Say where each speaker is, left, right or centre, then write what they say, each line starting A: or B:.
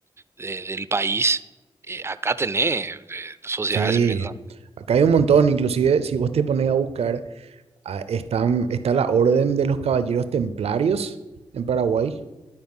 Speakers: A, on the right; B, on the right.
A: de- del país, eh, acá tenés eh, sociedades
B: sí.
A: secretas.
B: Acá hay un montón, inclusive si vos te pones a buscar, ah, están, está la Orden de los Caballeros Templarios en Paraguay.